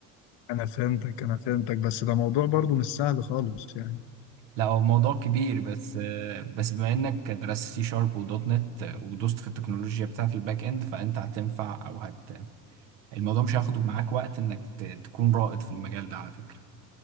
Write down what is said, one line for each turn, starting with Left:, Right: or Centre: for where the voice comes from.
Left: انا فهمتك انا فهمتك بس ده موضوع برضو مش سهل خالص يعني
Right: لا هو موضوع كبير بس آه، بس بما انك درست سي شارب ودوت نت آه، ودوست في التكنولوجيا بتاعت الباك اند فانت هتنفع او هت الموضوع مش هياخد معاك وقت انك ت- تكون رائد في المجال ده على فكرة